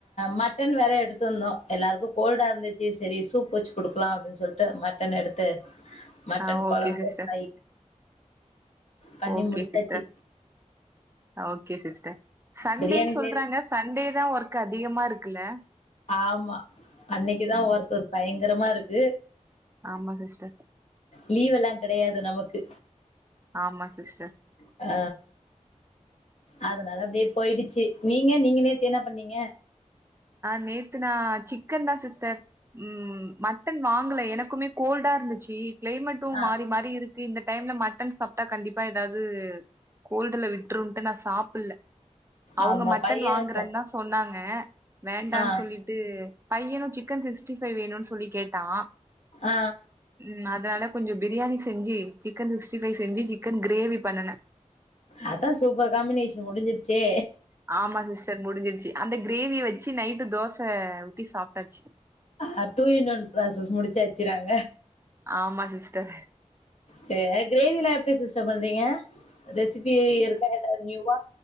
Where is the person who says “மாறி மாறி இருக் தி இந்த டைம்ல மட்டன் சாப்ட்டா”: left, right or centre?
Right